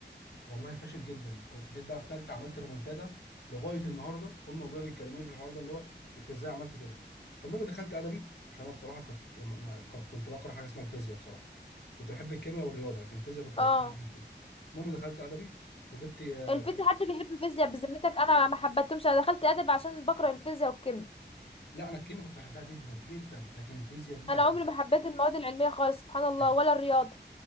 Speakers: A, on the left (about 60°); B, on the left (about 30°).
A: والله فاشل جدا كنت- جيت بقى في ثالثه عملت ريمونتادا لغايه النهارده امي وابويا بيتكلموني في الحوار ده اللي هو انت ازاي عملت كده فالمهم دخلت ادبي عشان انا بصراحه كنت يعني ما- ما- كنت بكره حاجه اسمها الفيزياء بصراحه كنت بحب الكيمياء والرياضه لكن الفيزياء كنت
B: اه
A: بكرهها جدا المهم دخلت ادبي وجبت آه،
B: الفيزياء
A: تم-
B: حد بيحب الفيزياء بذمتك انا ما حبيتهمش انا دخلت ادب عشان بكره الفيزياء والكيمياء
A: لا انا الكيمياء كنت بحبها جدا جدا لكن الفيزياء دي كانت
B: انا عمري ما حبيت المواد العلميه خالص سبحان الله
A: <laughs>
B: ولا الرياضه